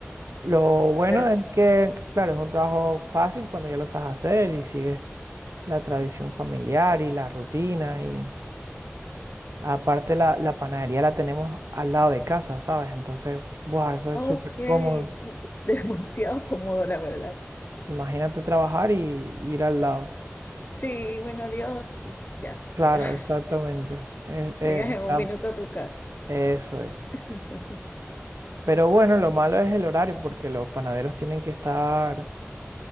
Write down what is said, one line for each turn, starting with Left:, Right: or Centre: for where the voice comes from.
Right: Lo bueno
Left: pero,
Right: es que, claro, es un trabajo fácil cuando ya lo sabes hacer y sigues la tradición familiar y la rutina. Y aparte la, la panadería la tenemos al lado de casa, ¿sabes? Entonces, buah, eso es
Left: ok,
Right: súper
Left: es,
Right: cómodo.
Left: es <laughs> demasiado cómodo, la verdad.
Right: Imagínate trabajar y ir al lado.
Left: Sí, bueno, adiós. y Ya,
Right: Claro,
Left: llegas, <laughs>
Right: exactamente. Eh, eh,
Left: llegas en
Right: está-
Left: un minuto a tu casa.
Right: eso es.
Left: <laughs>
Right: Pero bueno, lo malo es el horario, porque los panaderos tienen que estar